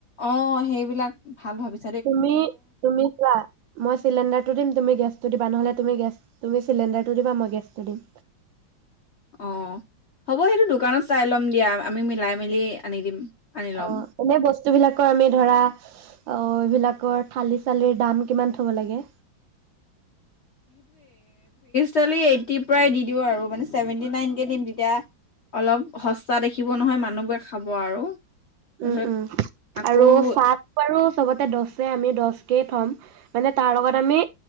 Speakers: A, on the left; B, on the right.
A: অ সেইবিলাক ভাল ভাবিছো।
B: তুমি, তুমি কোৱা, মই চিলিণ্ডাৰটো দিম। তুমি গেছটো দিবা নহলে, তুমি গেছ তুমি চিলিণ্ডাৰটো দিবা মই গেছটো দিম।
A: অঁ হ'ব সেইটো দোকানত চাই ল'ম দিয়া। আমি মিলাই মেলি আনি দিম। আনি ল'ম
B: অ এনে বস্তু। বস্তুবিলাকৰ আমি ধৰা। অ এইবিলাকৰ থালি চালিৰ দাম কিমান থ'ব লাগে।
A: চলিয়ে এইটি পৰাই দি দিওঁ আৰু মানে সেভেটি নাইন কে দিম। তেতিয়া অলপ সস্তা দেখিব নহয় মানুহবোৰে খাব আৰু। তাৰপিছত
B: উম উম
A: আকৌ
B: আৰু চাহ বাৰু চবতে দস হে আমি দশ। তাকেই থ'ম মানে তাৰ লগত, আমি